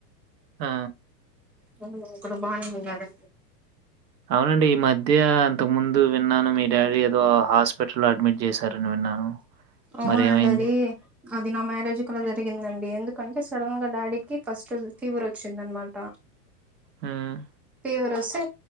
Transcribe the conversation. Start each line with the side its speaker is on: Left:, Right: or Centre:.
Right: ఆ
Centre: హ్మ్మ్ ఇప్పుడు బానే ఉన్నారు
Right: అవునండి. ఈ మధ్య అంతకు ముందు విన్నాను మీ డాడీ ఏదో హాస్పిటల్లో అడ్మిట్ చేశారని విన్నాను
Centre: అవునండి
Right: మరేమైంది?
Centre: అది అది నా మ్యారేజ్ కు ముందు జరిగిందండి ఎందుకంటే సడన్ గా డాడీకి ఫస్ట్ రోజు ఫీవర్ వచ్చిందన్నమాట
Right: హ్మ్మ్
Centre: ఫీవర్ వస్తే